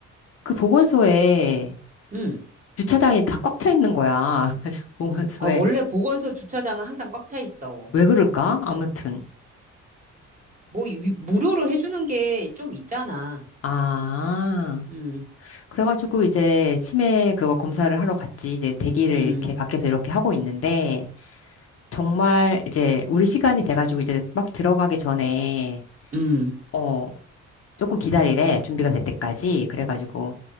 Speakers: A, on the left; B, on the right.
A: 그 보건소에
B: 음.
A: 주차장이 다 꽉 차 있는 거야. <laughs> 그래서 보건소에
B: 아, 원래 보건소 주차장은 항상 꽉 차 있어.
A: 왜 그럴까? 아무튼.
B: 뭐 유- 무료로 해주는 게 좀 있잖아.
A: 아,
B: 음,
A: 그래가지고 이제 치매 그거 검사를 하러 갔지. 이제 대기를
B: 음,
A: 이렇게 밖에서 이렇게 하고 있는데, 정말 이제 우리 시간이 돼가지고 이제 막 들어가기 전에
B: 음.
A: 어 조금 기다리래 준비가 될 때까지 그래가지고